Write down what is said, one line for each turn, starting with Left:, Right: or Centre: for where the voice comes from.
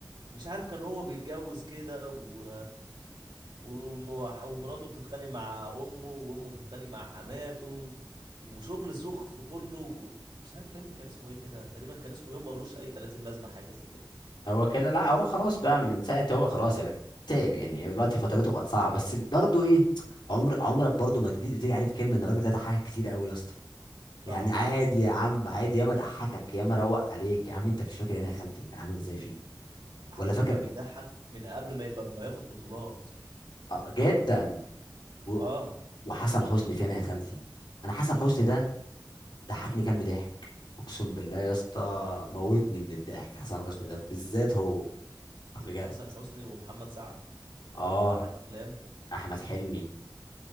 Right: مش عارف كان هو بيتجوز كده و... وم- ومراته بتتخانق مع امه وامه بتتخانق مع حماته وشغل سخف كله مش عارف فيلم كان اسمه ايه كده تقريبا كان اسمه يوم ملوش اي 30 لازمة حاجة زي كده
Left: هو كده لا هو خلاص بقى من ساعه هو خلاص يا بنت تعب يعني دلوقتي فترته بقت صعبه بس برضه ايه عمر عمرك برضه ما تجي تيجي عليه بكلمه ان الراجل ده ضحك كتير قوي يا اسطى يعني
Right: طبعا
Left: عادي يا عم عادي ياما ضحكك ياما روق عليك يا عم انت مش فاكر انا يا خالتي كان عامل ازاي فيه
Right: على
Left: ولا
Right: فكرة
Left: فاكر
Right: بيضحك من قبل ما يبقى ما ياخد بطولات
Left: آه، جدا و...
Right: اه
Left: وحسن حسني فين يا خالتي انا حسن حسني ده ضحكني كام ضحك اقسم بالله يا اسطى موتني من الضحك حسن حسني ده بالذات هو بجد
Right: حسن حسني ومحمد سعد مجموعة
Left: اه
Right: افلام
Left: احمد حلمي